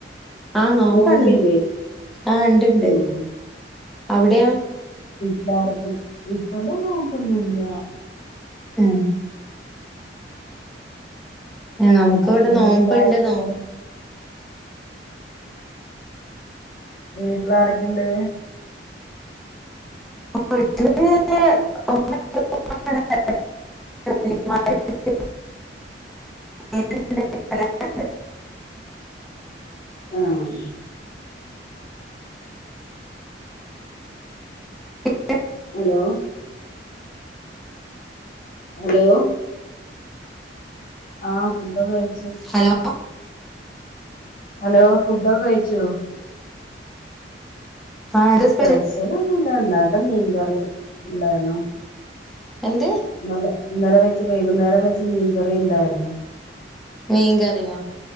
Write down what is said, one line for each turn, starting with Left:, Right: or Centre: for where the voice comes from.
Centre: ആഹ നോമ്പാണ്
Left: നോമ്പില്ലേ
Centre: ആഹ ഉണ്ട്ണ്ട്.
Left: ആഹ്
Centre: അവിടെയോ?
Left: ഇല്ലാർക്കും ഇവിടെ നോമ്പ് ഒന്നുമില്ല
Centre: ഉം ഏ നമുക്ക് ഇവിടെ
Left: വീട്ടിലാരൊക്കെണ്ട്
Centre: നോമ്പണ്ട് നോ
Left: വീട്ടിൽ ആരൊക്കെ ഇണ്ട്?
Centre: വീട്ടില്.... ഉമ്മണ്ട്, ഉപ്പണ്ട്, അനിയനും മയയില്ലേ ഉണ്ട്, ഉണ്ട്, എല്ലാരും ഉണ്ട്
Left: ആഹ
Centre: പിന്നെ
Left: ഹലോ. ഹലോ. ആഹ് ഫുണ്ടൊക്കെയായി.
Centre: ഹലോ.
Left: ഹലോ ഫുഡൊക്കെ കഴിച്ചോ.
Centre: ആ എന്താ
Left: സ്പെസലൊന്നുല്ല
Centre: സ്പെഷ്യൽ
Left: ഇന്നലത്തെ മീൻകറി ഇണ്ടായിരുന്നു.
Centre: എന്ത്.
Left: ന്നലെ ഇന്നലെ വെച്ച് വൈകുന്നേരം വെച്ചമീൻകറി ഇണ്ടായിരുന്നു.
Centre: മീകറിയോ